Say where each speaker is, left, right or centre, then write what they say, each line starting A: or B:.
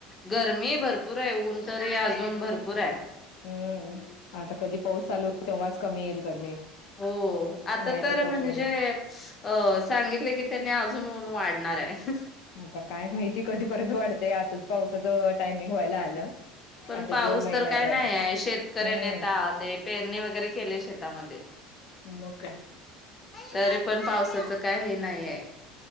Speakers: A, on the left; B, on the left.
A: गरमी भरपूर ये ऊन तरी अजून भरपूर आहे.
B: हम्म! आता कधी पाऊस चालू होईल तेव्हाच कमी येईल गरमी.
A: हो आता
B: नाही
A: तर
B: तोपर्यंत
A: म्हणजे अ सांगितलय की त्यांनी अजून ऊन वाढ णार आहे
B: आता काय माहिती कधीपर्यंत वाढतय आता पावसाच टायमिंग व्हायला आलं.
A: पण
B: आता
A: पाऊस
B: जून महिन्यात
A: तर काय नाहीये. शेतकऱ्यांनी
B: हम्म
A: आता ते पेरणी वगैरे केलंय शेतामध्ये
B: मग काय
A: तरी पण पावसात त काय हे नाही आहे